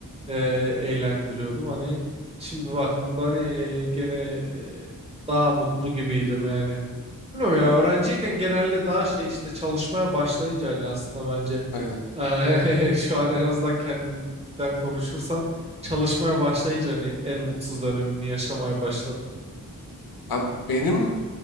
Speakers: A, on the right; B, on the left.
A: e, eğlendiriyordum. Hani şimdi baktığımda hani e, gene e, daha mutlu gibiydim yani. Bilmiyorum ya öğrenciyken genelde daha şey işte çalışmaya başlayınca hani aslında bence
B: aynen.
A: <laughs> şu an en azından kendimden konuşursam çalışmaya başlayınca hani en mutsuz dönemimi yaşamaya başladım.
B: Abi benim